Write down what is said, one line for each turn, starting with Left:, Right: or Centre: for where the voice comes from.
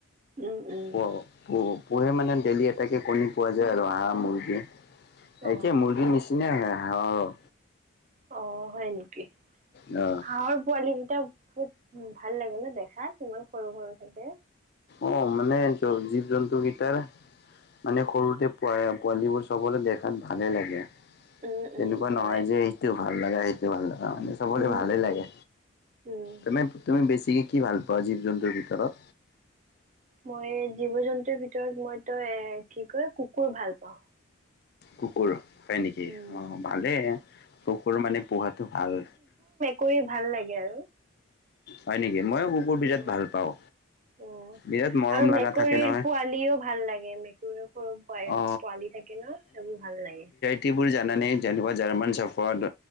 Right: উম উম
Left: প পু পূহে মানে ডেইলি এটাকে কণী পোৱা যায় আৰু হাঁহ মুৰ্গী
Right: অ
Left: একে মুৰ্গীৰ নিচ কোনে হাঁহে হাঁহক?
Right: অ, হয় নেকি?
Left: অঁ।
Right: হাঁহৰ পোৱালি কেইটা বহুত ভাল লাগে ন দেখাত ইমান সৰু সৰু থাকে?
Left: অঁ, মানে জীৱ জন্তুকেইটাৰ মানে সৰুতে পোৱা পোৱালিবোৰ চবৰে দেখাত ভালেই লাগে।
Right: উম
Left: তেনেকুৱা
Right: উম
Left: নহয়
Right: হয়
Left: যে সেইটো ভাল লগা, সেইটো ভাল লগা মানে চবৰে
Right: উম
Left: ভালেই
Right: উম
Left: লাগে।
Right: উম
Left: তুমি তুমি বেছিকি কি ভাল পোৱা জীৱ জন্তুৰ ভিতৰত?
Right: মই জীৱ জন্তুৰ ভিতৰত মই তই এ কি কয় কুকুৰ ভাল পাওঁ।
Left: কুকুৰ হয় নেকি?
Right: উম,
Left: অঁ ভালেই কুকুৰ মানে পোহাটো ভাল।
Right: কৈয়ে ভাল লাগে আৰু।
Left: হয় নেকি? মইও কুকুৰ বিৰাট
Right: উম
Left: ভাল পাও
Right: উম
Left: বিৰাট মৰম
Right: আৰু
Left: লগা
Right: মেকুৰীৰ
Left: থাকে নহয়।
Right: পোৱালিও ভাল লাগে মেকুৰীৰ সৰু পোৱালি
Left: অ
Right: থাকে ন সেইবোৰ ভাল লাগে।
Left: তিবোৰ জাননে? যেনেকুৱা জাৰ্মান চাৰ্ফাদ।